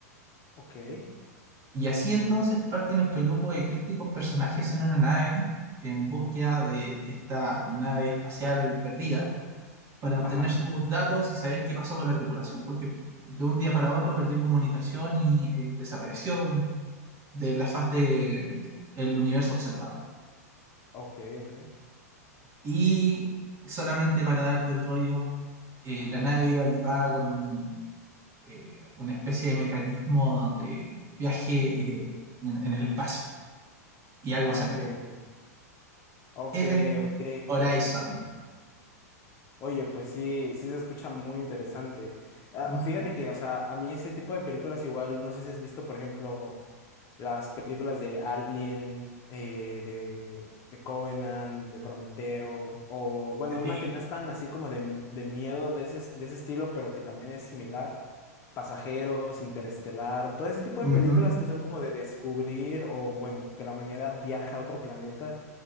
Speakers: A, on the left (about 35°); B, on the right (about 35°).
A: ok,
B: Y así entonces parte nuestro grupo de críticos personajes en una nave en búsqueda de esta nave espacial perdida para obtener
A: ajá,
B: sus datos y saber qué pasó con la tripulación, porque de un día para otro perdió comunicación y eh, desapareció de la faz de- de- el universo observable.
A: ok, ok.
B: Y solamente para darte el rollo, eh, la nave iba equipada con un, eh, una especie de mecanismo de viaje eh, en, en el espacio. Y algo
A: Ah,
B: salió
A: ok,
B: mal.
A: ok. Ok,
B: Event
A: ok.
B: Horizon.
A: Oye, pues sí, sí se escucha muy interesante. Ah,
B: Mm,
A: fíjate que, o sea, a mí ese tipo de películas igual, no sé si has visto, por ejemplo, Las películas de Alien, eh, de, de Covenant, de Prometeo, o bueno,
B: sí.
A: una que no es tan así como de, de miedo de ese, de ese estilo, pero que también es similar. Pasajeros, Interestelar, todo ese tipo
B: Ujú,
A: de películas que son como de descubrir o bueno, que la humanidad viaja a otro planeta